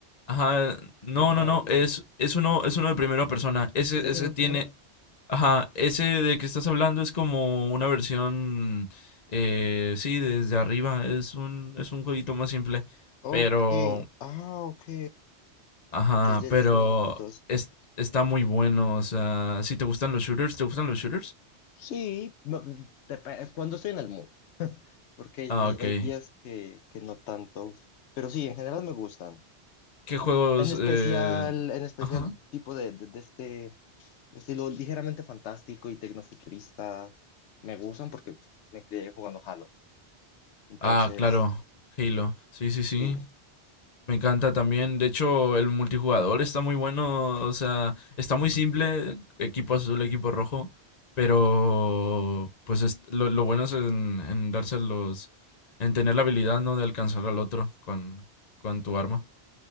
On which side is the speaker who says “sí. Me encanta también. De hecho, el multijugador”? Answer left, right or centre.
Left